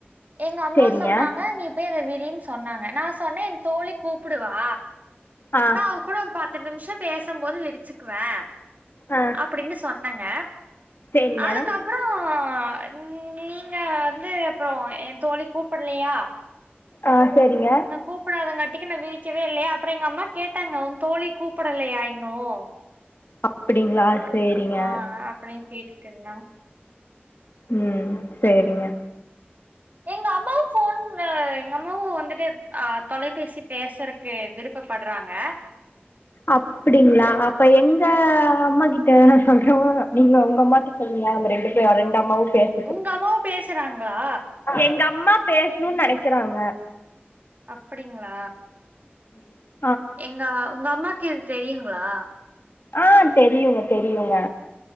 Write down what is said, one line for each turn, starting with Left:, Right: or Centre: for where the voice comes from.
Right: எங்க அம்மா
Left: சேரிங்க
Right: சொன்னாங்க நீ போய் அத விரினு சொன்னாங்க நா சொன்னே என் தோழி கூப்டுவா
Left: ஆ
Right: நா அவ கூட பத்து நிமிஷ பேசும் போது விரிச்சுக்குவே
Left: ஆ
Right: அப்டின்னு சொன்னங்க
Left: சேரிங்க
Right: அதுக்கப்பறோ நீங்க வந்து அப்பறோ ஏ தோழி கூப்பிடலையா
Left: ஆ சேரிங்க
Right: கூப்பிடாததுங்காட்டிக்கு நான் விரிக்கவே இல்லையா அப்பறோ எங்க அம்மா கேட்டாங்க உன் தோழி கூப்பிடலையா இன்னும்
Left: அப்டிங்களா
Right: அப்ப
Left: சேரிங்க
Right: ஆ அப்படின்னு கேட்டுட்டு இருந்தாங்க
Left: ம் சேரிங்க
Right: எங்கம்மாவு போன் அ எங்க அம்மாவு வந்துட்டு அ தொலைபேசி பேசறக்கு விருப்பப்படுறாங்க
Left: அப்டிங்களா அப்ப எங்க அம்மா கிட்ட <unintelligible> அம்மாட்ட சொல்லுங்க அந்த ரெண்டு பேர் ரெண்டு அம்மாவு பேச
Right: உங்க அம்மாவும் பேசுறாங்களா
Left: எங்க அம்மா பேசணுன்னு நெனைக்கறாங்க
Right: அப்டிங்களா
Left: <inaudible>
Right: எங்க உங்க அம்மாக்கு இது தெரியுங்ளா
Left: ஆ தெரியுங்க தெரியுங்க